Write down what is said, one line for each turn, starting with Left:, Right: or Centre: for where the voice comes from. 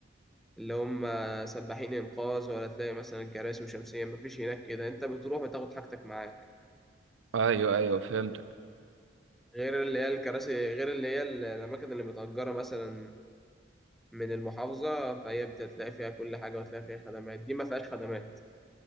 Centre: اللي هم سباحين انقاذ ولا تلاقي مثلا كراسي وشمسيه مفيش هناك كده انت بتروح وتاخد حاجتك معاك
Right: ايوه ايوه فهمت
Centre: غير اللي هي الكراسي غير اللي هي ال- الاماكن اللي متأجره مثلا من المحافظه فهي بتلاقي فيها كل حاجه وتلاقي فيها خدمات دي ما فيهاش خدمات